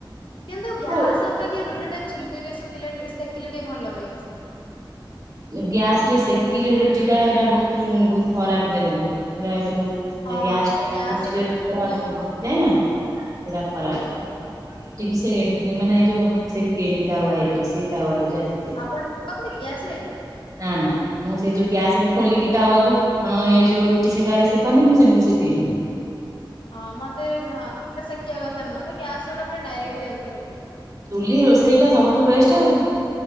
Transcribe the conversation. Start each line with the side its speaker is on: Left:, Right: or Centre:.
Left: କିନ୍ତୁ ଗ୍ୟାସ୍
Right: ଆଉ
Left: ଅପେକ୍ଷା ରୁଟି ଟା ଚୁଲିରେ ସ କିଲେ ଏ ସେକିଲେ ଟିକେ ଭଲ ହୁଏ ବେସି।
Right: ଏ ଗ୍ୟାସ୍ ରେ ସେକିଲେ ରୁଟି ଟା ଏରା ବହୁତୁ ଉଁ, ବହୁତ ଖରାପ ଦେହକୁ। ସେଟା ଏ ଯୋଉ ତା
Left: ହଁ
Right: ଗ୍ୟାସ୍ ଟା ରୁଟିରେ
Left: ଏଇଟା ଭିତରକୁ
Right: ପୁରା ଉଁ, ପ ଯାଏନା ସେଟା ଖରାପ।
Left: କଣ କହ?
Right: ରୁଟିକି ସେ ନି-ମାନେ ଏ ଯୋଉ ସେକେନି ତାୱା ଇଏ କରି। ସେଇ ତାୱରେ ଯା ସେକେ।
Left: ଆପଣ ସେକନ୍ତି କି ଗ୍ୟାସ୍ ରେ?
Right: ନା, ନା ମୁଁ ସେଇ ଯୋଉ ଗ୍ୟାସ୍ ରେ ଖୋଲିକି ତାୱାକୁ ହଁ ଏଇ ଯୋଉ ରୁଟି ସେକାରେ ସେକନ୍ତି ମୁଁ ସେମିତି ସେକେନି।
Left: ହଁ, ମୋତେ ସେ ହଁ ମୁଟେ ଶେକିବା କଥା ନୁହଁ। ତ ଗ୍ୟାସ୍ ଗୁଡା ପୁରା ଡାଇରେକ୍ଟ ଯାଉଚି ରୁଟିକୁ।
Right: ଚୁଲି ରୋଷେଇ ଟା ସବୁଠୁ ବେଷ୍ଟ ଆଉ।